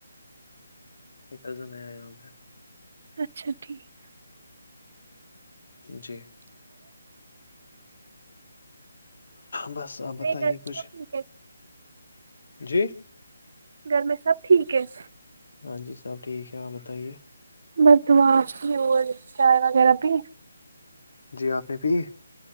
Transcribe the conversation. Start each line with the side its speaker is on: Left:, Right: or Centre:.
Left: نہیں کزن آیا یہاں پہ
Right: اچھا ٹھیک
Left: جی بس البتہ
Right: بتاے گھر
Left: یہ
Right: میں
Left: کچھ
Right: سب ٹھیک ہے
Left: جی
Right: گھر میں سب ٹھیک ہے-
Left: ہاں جی صاب ٹھیک ہے آپ بتائیے
Right: بردماش بھی اور چائے وغیرہ پہ
Left: جی آپ نے پی